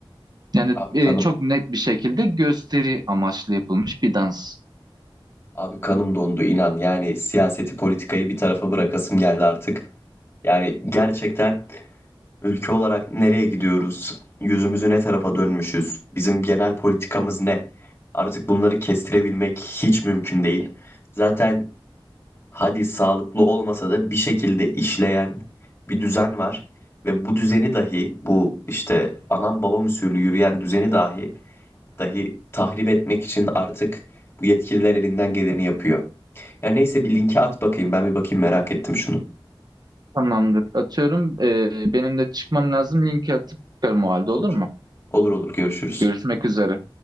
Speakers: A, on the right; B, on the left.
A: Yani
B: Abi
A: e,
B: kanım
A: çok net bir şekilde gösteri amaçlı yapılmış bir dans.
B: Abi kanım dondu inan. Yani siyaseti politikayı bir tarafa bırakasım geldi artık. Yani gerçekten ülke olarak nereye gidiyoruz? Yüzümüzü ne tarafa dönmüşüz? Bizim genel politikamız ne? Artık bunları kestirebilmek hiç mümkün değil. Zaten hadi sağlıklı olmasa da bir şekilde işleyen bir düzen var ve bu düzeni dahi bu işte anam babam usulü yürüyen düzeni dahi dahi tahrip etmek için artık bu yetkililer elinden geleni yapıyor. Ya neyse bir linki at bakayım ben bir bakayım merak ettim şunu.
A: Tamamdır. Atıyorum. E, benim de çıkmam lazım. Linki atıp çıkarım o halde
B: Olur.
A: olur mu?
B: Olur olur görüşürüz.
A: Görüşmek üzere.